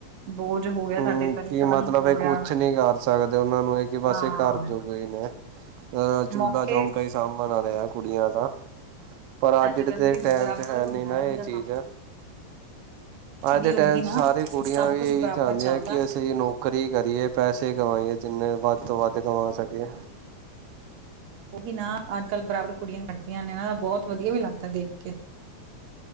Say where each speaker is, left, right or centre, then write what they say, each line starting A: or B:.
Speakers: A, on the right; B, on the right.
A: ਬੋਝ ਹੋ ਗਿਆ
B: ਹੂੰ
A: ਸਾਡੇ ਘਰੇ
B: ਕੀ
A: ਕਲੰਕ
B: ਮਤਲਬ
A: ਹੋ
B: ਏ
A: ਗਿਆ
B: ਕੁਛ ਨੀ ਕਰ ਸਕਦੇ ਓਨਾਂ ਨੂੰ ਏ ਕਿ ਬਸ
A: ਹਾਂ
B: ਏ ਘਰ ਜੋ ਕੋਈ ਨੇ ਅ ਚੂਲਾ-ਚੌਂਕਾਂ
A: ਮੌਕੇ ਤੇ
B: ਈ ਸਾਂਬਨ ਆਲੇਆਂ ਕੁੜੀਆਂ ਤਾਂ, ਪਰ ਅੱਜ
A: ਕੱਲ
B: ਦੇ
A: ਵੀ
B: ਟੈਮ
A: ਬਰਾਬਰ
B: ਚ ਹੈ
A: ਹੁੰਦਾ
B: ਨੀ ਨਾ
A: ਇਹੋ
B: ਏ
A: ਜਿਹਾ
B: ਚੀਜ਼
A: ਕੰਮ
B: ਅੱਜ
A: ਨਹੀਂ
B: ਦੇ ਟੈਮ
A: ਉਹੀ ਨਾ
B: ਚ ਸਾਰੀ ਕੁੜੀਆਂ
A: ਸਭ
B: ਵੀ
A: ਕੁਛ
B: ਏਹੀ
A: ਬਰਾਬਰ
B: ਚਾਂਦੀਆਂ
A: ਚੱਲਦਾ
B: ਕਿ ਅਸੀਂ ਨੌਕ ਨੌਕਰੀ ਕਰੀਏ ਪੈਸੇ ਕਮਾਈਏ ਜਿੰਨੇ ਵੱਦ ਤੋਂ ਵੱਦ ਕਮਾ ਸਕੀਏ।
A: ਓਹੀ ਨਾ ਅੱਜ-ਕੱਲ ਬਰਾਬਰ ਕੁੜੀਆਂ ਖੜਦੀਆਂ ਨੇ ਨਾ ਬੋਤ ਵਦੀਆ ਵੀ ਲੱਗਦਾ ਦੇਖ ਕੇ।